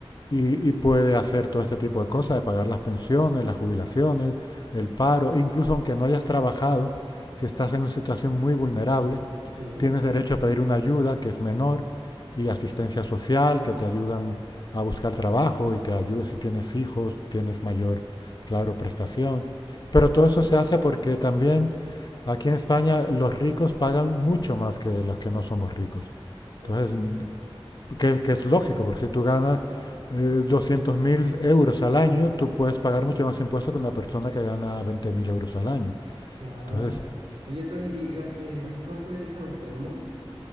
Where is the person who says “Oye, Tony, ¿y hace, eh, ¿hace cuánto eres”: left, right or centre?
Right